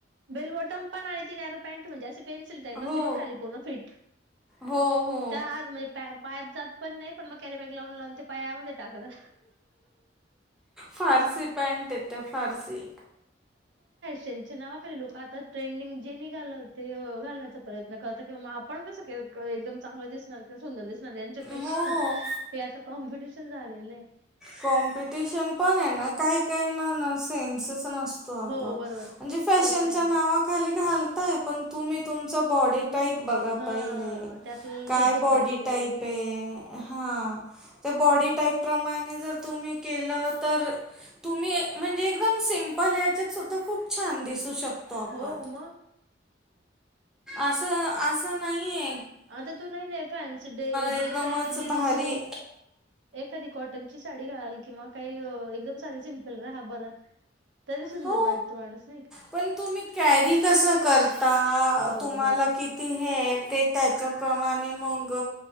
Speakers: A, on the right; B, in the centre.
A: बेल बॉटम पण आणि ती नॅरो पॅट म्हणजे अशे पेन्सल टाईप असते
B: हो
A: बग खाली पूर्ण फिट,
B: हो हो
A: त्या आग म्हणजे पायात जात पण नाही पण मग कॅरीबॅग लावून लावून ते पायामध्ये टाकत.
B: फारसी पॅट त्या फारसी.
A: चीनच्या नावाखाली लोक आता ट्रेंडिंग जे निघाल ते घालण्याचा प्रयत्न करतात, किंवा म आपण तस एकदम चांगलं दिसणार सुंदर दिसणार त्यांच्यापेक्षा
B: हो
A: ते <inaudible> आता कॉम्पिटिशन झालेलं आहे
B: कॉम्पिटिशन पण आहे ना काही काही ना सेन्सस भ्रम असतो अगं
A: हो बरोबर
B: फॅशनच्या
A: कपड्यांच
B: नावाखाली घालताय पण तु मी तुम्ही तुमचा बॉडी टाईप बघा
A: हा
B: पाहिले
A: ते आपल्याला
B: काय
A: सूट होतं
B: बॉडी
A: की नाही
B: टाईप आहे हा त्या बॉडी टाईप प्रमाणे तुम्ही की तर तुम्ही म्हणजे एकदम सिमपल याच्यात सुद्धा खूप छान दिसू शकतो आपण
A: हो मग
B: असं असं नाहीये
A: आता तू नाही -नाही फॅन्स ड्रेसऐवजी
B: एकदमच भारी
A: तू एखादी कॉटनची साडी घालाल किंवा काही एकदम साधी सिमपल राहा बरं तरी सुंदर
B: हो
A: वाटतो माणुस
B: पण तुम्ही कॅरी कस करता
A: हो
B: तुम्हाला
A: हो
B: किती हे ते त्याच्या प्रमाणे मग